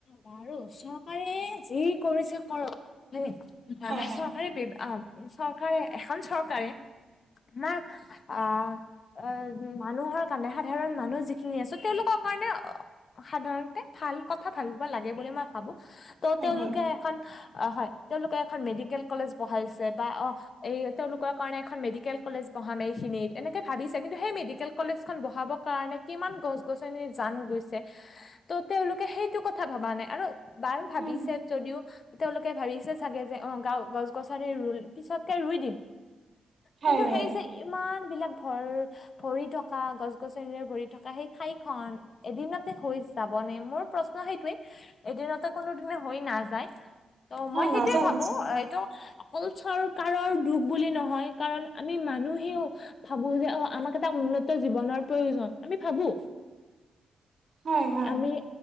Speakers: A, on the left (about 55°); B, on the right (about 55°).
A: বাৰু চৰকাৰে যি কৰিছে কৰক, হয়নে? <unintelligible>
B: হয় হয়
A: চৰকাৰে ব্যব অ', চৰকাৰে, এখন চৰকাৰে আমাক আ এ, মানুহৰ কাৰণে, সাধাৰণ মানুহ যিখিনি আছোঁ, তেওঁলোকৰ কাৰণে সাধাৰণতে ভাল কথা ভাবিব লাগে বুলি মই ভাবোঁ। ত',
B: হয়
A: তেওঁলোকে
B: হয়
A: এখন অ', হয়। তেওঁলোকে এখন মেডিকেল কলেজ বহাইছে বা অ', এই তেওঁলোকৰ কাৰণে এখন মেডিকেল কলেজ বহাম এইখিনিত, এনেকে ভাবিছে কিন্তু, সেই মেডিকেল কলেজখন বহাব কাৰণে কিমান গছ-গছনিৰ জান গৈছে, তো তেওঁলোকে সেইটো কথা ভবা নাই। আৰু বাৰু ভাবিছে
B: উম
A: যদিও তেওঁলোকে ভাবিছে চাগে যে অ', গাওঁ গছ-গছনি পিছতকে ৰুই দিম।
B: হয়
A: কিন্তু,
B: হয়
A: সেই যে ইমান বিলাক ভৰ ভৰি থকা, গছ-গছনিৰে ভৰি থকা সেই ঠাইখন এদিনতে হৈ যাব বনে মোৰ প্ৰশ্ন সেইটোৱে। এদিনতে কোনোদিনে হৈ নাযায়। অ',
B: হয়
A: মই সেইটোৱেই
B: নাযায়
A: ভাবো
B: নাযায়
A: এইটো কুল চৰকাৰৰ দুখ বুলি নহয়, কাৰণ আমি মানুহেও ভাবো যে অ', আমাক এটা উন্নত জীৱনৰ প্ৰয়োজন, আমি ভাবো।
B: হয় হয়
A: আমি